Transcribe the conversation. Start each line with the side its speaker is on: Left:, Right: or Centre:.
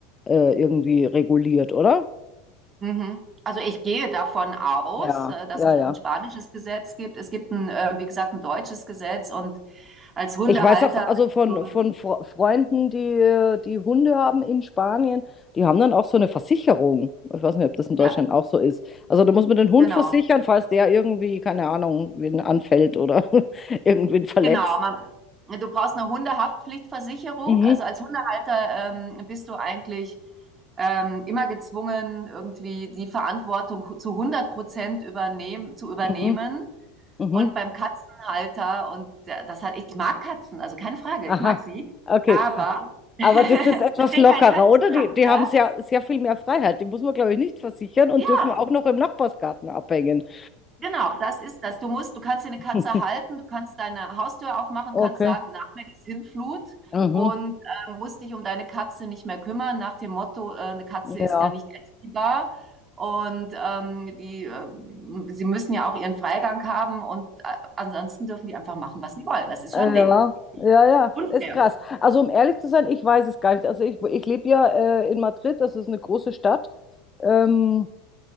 Left: äh, irgendwie reguliert, oder?
Right: Mhm. Also ich gehe davon aus,
Left: Ja,
Right: äh, dass
Left: ja,
Right: es
Left: ja.
Right: ein spanisches Gesetz gibt. Es gibt ein, äh, wie gesagt, ein deutsches Gesetz und als Hundehalter
Left: Ich weiß auch, also
Right: bist
Left: von,
Right: du,
Left: von Fre- Freunden, die, die Hunde haben in Spanien, die haben dann auch so eine Versicherung. Ich weiß nicht, ob das in Deutschland
Right: ja,
Left: auch so ist. Also da muss man den Hund
Right: genau.
Left: versichern, falls der irgendwie, keine Ahnung, wen anfällt oder <laughs> irgendwen verletzt.
Right: Genau, man, du brauchst eine Hundehaftpflichtversicherung.
Left: Mhm,
Right: Also als Hundehalter ähm, bist du eigentlich ähm, immer gezwungen, irgendwie die Verantwortung hu- zu hundert Prozent übernehmen, zu übernehmen.
Left: mhm, mhm.
Right: Und beim Katzenhalter, und der- das hat, ich mag Katzen, also keine Frage,
Left: Aha,
Right: ich mag sie.
Left: okay.
Right: Aber
Left: Aber das ist etwas
Right: ich bin
Left: lockerer,
Right: kein Katzenhalter.
Left: oder? Die, die haben sehr, sehr viel mehr Freiheit. Die muss man, glaube ich, nicht versichern und
Right: Ja,
Left: dürfen auch noch im Nachbarsgarten abhängen.
Right: Genau, das ist das. Du musst, du kannst dir eine Katze
Left: <laughs>
Right: halten, du kannst deine Haustür aufmachen,
Left: Okay.
Right: kannst sagen, nach mir die Sintflut
Left: Mhm.
Right: und äh, musst dich um deine Katze nicht mehr kümmern, nach dem Motto, äh, eine Katze
Left: Ja.
Right: ist ja nicht erziehbar. Und ähm, die, äh, sie müssen ja auch ihren Freigang haben und äh, ansonsten dürfen die einfach machen, was sie wollen. Das ist
Left: Ja,
Right: schon ein Ding.
Left: ja, ja,
Right: Unfair.
Left: ist krass. Also um ehrlich zu sein, ich weiß es gar nicht. Also ich, ich lebe ja äh, in Madrid, das ist eine große Stadt. Ähm,